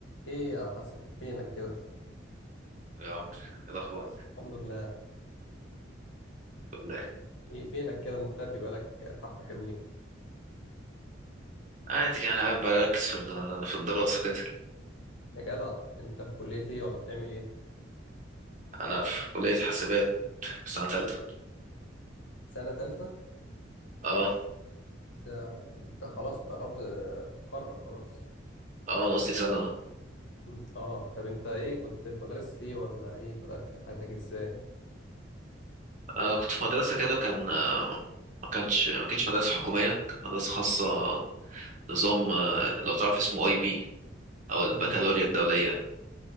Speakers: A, on the left; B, on the right.
A: ايه يا حسن فينك كده
B: يا عمرو إيه الأخبار
A: الحمد لله
B: والله
A: ايه فينك كده مختفي بقالك حبة حلوين
B: عادي يعني قاعد بركز في ال- في الدراسة كده
A: يا جدع انت في كلية ايه ولا بتعمل ايه
B: أنا في كلية حاسبات في سنة تالتة
A: سنة تالتة
B: اه
A: ده انت خلاص انت قربت تتخرج خلاص
B: اه أنا قصدي سنة اه
A: أمم، اه طب انت ايه كنت في مدرسة ايه ولا ايه بدأت في حياتك ازاي
B: آه، كنت في مدرسة كده كان آه، ما كانش ما كانتش مدرسة حكومية كانت مدرسة خاصة نظام آه، لو تعرف اسمه أي بي أو البكالوريا
A: طيب إيه؟
B: الدولية